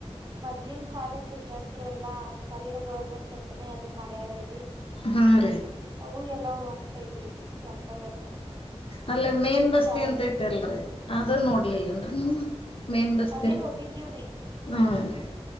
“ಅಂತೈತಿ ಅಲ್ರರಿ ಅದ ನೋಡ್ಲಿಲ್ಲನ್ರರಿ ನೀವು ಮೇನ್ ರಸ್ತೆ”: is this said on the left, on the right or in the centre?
Left